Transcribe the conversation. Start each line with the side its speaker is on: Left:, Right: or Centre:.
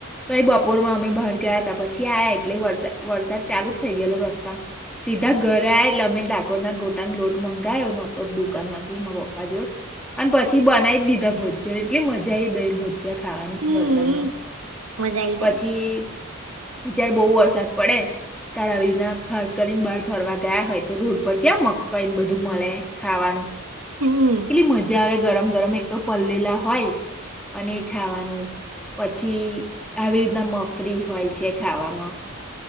Centre: તો એ બપોરમાં અમે બહાર ગયા હતા પછી આયા એટલે વરસાદ વરસાદ ચાલુ જ થઈ ગયેલો રસ્તામાં સીધા ઘરે આ લમે ડાકોર ના ગોટાનો લોટ મંગાયો નતો દુકાન માંથી મારા પપ્પા જોડ અને પછી બનાવી દીધા ભોજન એટલે મજા આવીઈ દેલ ભન છે ખાવાની
Right: હમ
Centre: વરસાદમાં
Right: મજા આઈ
Centre: પછી.
Right: જાય
Centre: જય્યારે બહુ વરસાદ પડે તારે આવી રીતના ખાસ કરીને બહાર ફરવા ગયા હોય તો રોડ પર કે્યા મકઈને બધું મળે ખાવાનું.
Right: હમ
Centre: કેટલી મજા આવે ગરમ ગરમ એક તો પલેલા હોય અને ખાવાનું. પછી આવી રીતના મફરી હોય છે ખાવામાં